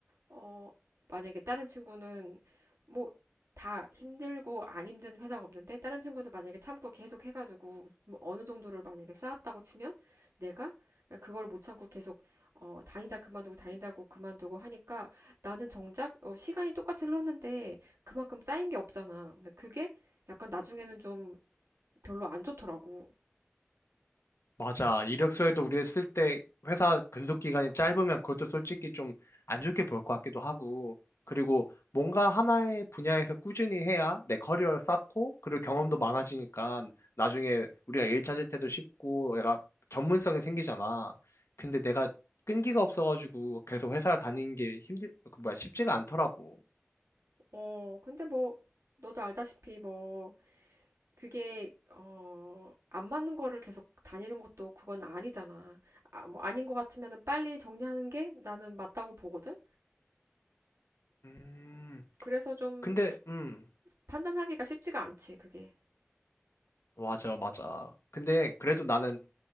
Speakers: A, on the right (about 80°); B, on the left (about 80°).
A: 어, 만약에 다른 친구는, 뭐, 다 힘들고 안 힘든 회사가 없는데, 다른 친구도 만약에 참고 계속 해가지고, 뭐 어느 정도를 만약에 쌓았다고 치면, 내가 그걸 못 참고 계속, 어, 다니다 그만두고 다니다고 그만두고 하니까, 나는 정작, 어, 시간이 똑같이 흘렀는데, 그만큼 쌓인 게 없잖아. 근데 그게 약간 나중에는 좀 별로 안 좋더라고.
B: 맞아. 이력서에도 우리가 쓸 때 회사 근속 기간이 짧으면 그것도 솔직히 좀 안 좋게 볼 것 같기도 하고, 그리고 뭔가 하나의 분야에서 꾸준히 해야 내 커리어를 쌓고, 그리고 경험도 많아지니까 나중에 우리가 일 찾을 때도 쉽고, 내가 전문성이 생기잖아. 근데 내가 끈기가 없어가지고 계속 회사를 다니는 게 힘들, 그 뭐야, 쉽지가 않더라고.
A: 어, 근데 뭐, 너도 알다시피 뭐, 그게 어, 안 맞는 거를 계속 다니는 것도 그건 아니잖아. 아, 뭐 아닌 것 같으면은 빨리 정리하는 게 나는 맞다고 보거든.
B: 음,
A: 그래서 좀
B: 근데, 음,
A: 판단하기가 쉽지가 않지, 그게.
B: 맞아, 맞아. 근데 그래도 나는